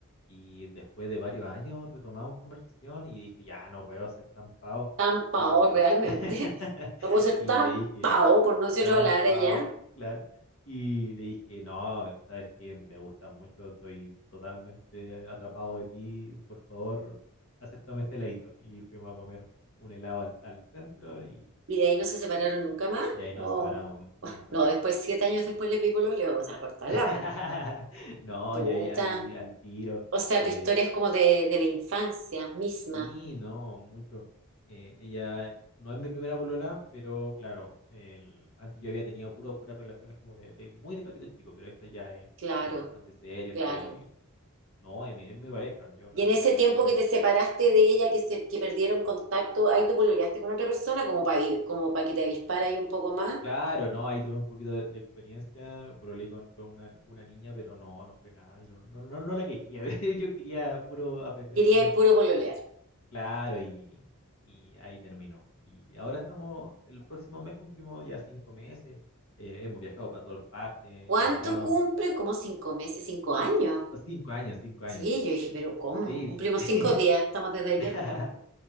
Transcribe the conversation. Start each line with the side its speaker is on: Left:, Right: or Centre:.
Left: Y después de varios años retomamos conversación y dije, ya no puedo ser tan pavo.
Right: Tan pao
Left: Y,
Right: realmente.
Left: <laughs>
Right: <laughs> No puedo ser
Left: y
Right: tan
Left: le dije,
Right: pao, por no decir
Left: tan
Right: otra palabra,
Left: pavo,
Right: ¿ya?
Left: <laughs> claro. Y le dije, no, sabes que me gusta mucho, estoy totalmente atrapado de ti, por favor, acéptame este heladito. Y fuimos a comer un helado al, al centro y,
Right: ¿Y de ahí no se separaron nunca más?
Left: y ahí
Right: ¿O?
Left: nos separamos nunca
Right: No,
Left: más.
Right: después, siete años después le pido lo leo, o sea, cortarla,
Left: <laughs> No,
Right: Tuta.
Left: y ahí, ahí al tiro.
Right: O sea,
Left: eh,
Right: tu historia es como de, de la infancia misma.
Left: Sí, no, mucho. Eh, ella no es mi primera polola, pero claro, el, antes yo había tenido puro, puras relaciones como de, de muy de cabrito chico, pero esta ya es,
Right: Claro,
Left: es bastante serio,
Right: claro.
Left: estoy, no, es mi, es mi pareja, yo la,
Right: Y en ese tiempo
Left: la quiero
Right: que te
Left: mucho.
Right: separaste de ella, que se, que perdieron contacto, ahí tú pololeaste con otra persona como para como para que te avispara ahí un poco más.
Left: Claro, no, ahí tuve un poquito de, de experiencia, pololeé con, con una, una niña, pero no, no fue nada, yo no, no, no la quería, <laughs> yo quería puro aprender
Right: Quería
Left: como
Right: ir puro pololear.
Left: Claro, y, y ahí terminó. Y ahora estamos, el próximo mes cumplimos ya cinco meses. eh, hemos viajado para todas partes, en
Right: ¿Cuánto
Left: los veranos,
Right: cumple? Como cinco meses, cinco años.
Left: oh, cinco años, cinco
Right: Sí,
Left: años.
Right: yo dije, pero ¿cómo?
Left: Sí,
Right: Cumplimos
Left: sí, sí.
Right: cinco días, estamos desde ayer
Left: <laughs>
Right: juntos.